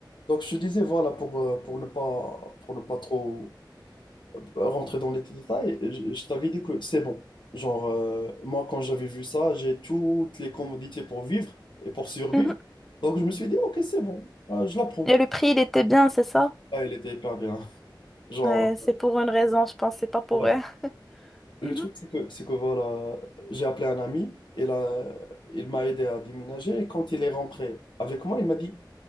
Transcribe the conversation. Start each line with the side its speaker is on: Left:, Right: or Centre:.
Left: Donc je te disais, voilà, pour, euh, pour ne pas, pour ne pas trop rentrer dans les détails, je, je t'avais dit que c'est bon. Genre, euh, moi, quand j'avais vu ça, j'ai toutes les commodités pour vivre et pour survivre.
Centre: Mhm.
Left: Donc, je me suis dit, OK, c'est bon, Euh, je la prends.
Centre: Et le prix, il était bien, c'est ça?
Left: Ah, il était hyper bien. <laughs> Genre,
Centre: Ouais, c'est pour une raison, je pense, c'est pas pour
Left: ouais.
Centre: eux. <laughs>
Left: Le
Centre: Mhm,
Left: truc, c'est que, c'est que voilà, j'ai appelé un ami, et là, il m'a aidé à déménager. Et quand il est rentré avec moi, il m'a dit,